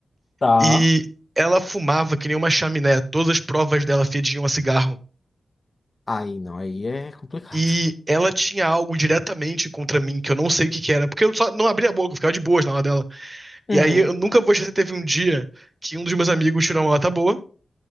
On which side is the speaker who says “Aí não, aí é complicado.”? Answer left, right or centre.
Left